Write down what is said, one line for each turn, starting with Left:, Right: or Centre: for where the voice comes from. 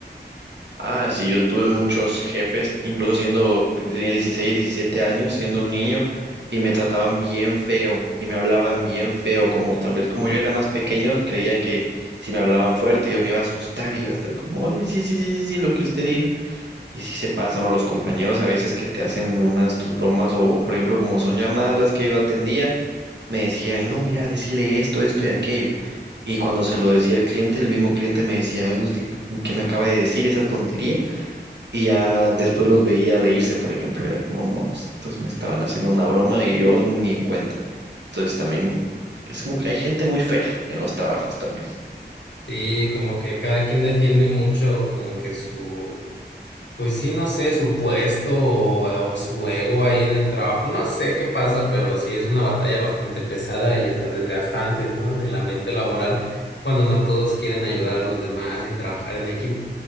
Right: Ah, sí, yo tuve muchos jefes, incluso siendo, tenía 16, 17 años, siendo un niño, y me trataban bien feo, y me hablaban bien feo, como tal vez como yo era más pequeño, creían que si me hablaban fuerte yo me iba a asustar y iba a estar como, ay, sí, sí, sí, sí, sí, lo que usted diga. Y sí se pasan, o los compañeros a veces que te hacen unas tus bromas, o, o por ejemplo, como son llamadas las que yo atendía, me decían, no, mira, decirle esto, esto y aquello. Y cuando se lo decía al cliente, el mismo cliente me decía, oiga, ¿usted qué me acaba de decir esa tontería? Y ya después los veía reírse, por ejemplo, era como, no, estos me estaban haciendo una broma y yo ni en cuenta. Entonces también es como que hay gente muy fea en los trabajos también.
Left: Sí, como que cada quien defiende mucho como que su Pues sí, no sé, su puesto o, o su ego ahí en el trabajo, no sé qué pasa, pero sí es una batalla bastante pesada y hasta desgastante, ¿no? En el ambiente laboral, cuando no todos quieren ayudar a los demás y trabajar en equipo.